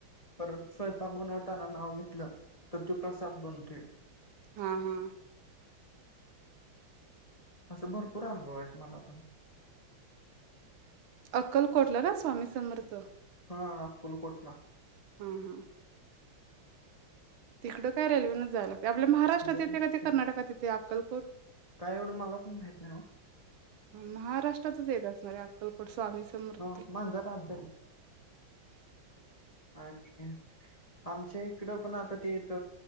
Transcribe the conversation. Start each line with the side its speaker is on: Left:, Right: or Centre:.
Left: परत स्वयंपाक बनवताना नाव घेतलं तर ते प्रसाद बनते
Right: हा हा
Left: असं भर पुराण गव आहेत मला पण
Right: अक्कलकोटला ना स्वामी समर्थ
Left: हा अकुलकोटला
Right: हम्म हम् तिकड काय रेल्वे न जायला लागते आपल्या महाराष्ट्रात
Left: जायला
Right: येते का ते कर्नाटकात येते अक्कल
Left: काय एवढं मला पण माहित नाही
Right: माराष्ट्रात येत अकको स्वामी समृद्ध
Left: हो मांजर आत अच्छा आमच्या इकड पण आता तेथ